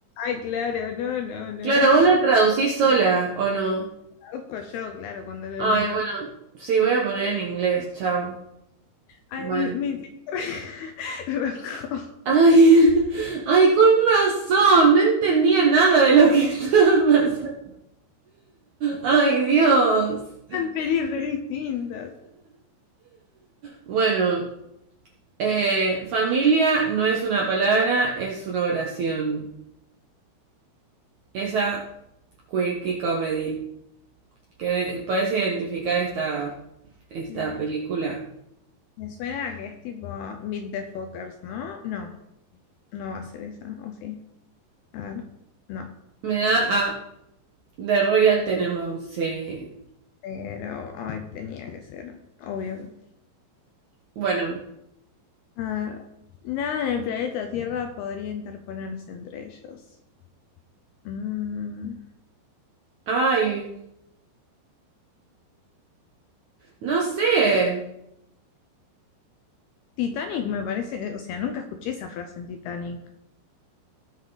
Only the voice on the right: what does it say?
Claro, vos la traducís sola, ¿o no?
Ay,
bueno, sí, voy a poner en inglés, chao.
Bueno.
Ay, <laughs> ay, con razón, no entendía nada de lo que <laughs> estaba pasando. Ay, Dios.
Bueno, eh, familia no es una palabra, es una oración. Esa quirky comedy. Que puedes identificar esta, esta
película.
Me da a The Royal Tenenbaums, sí.
Bueno,
ay, no sé.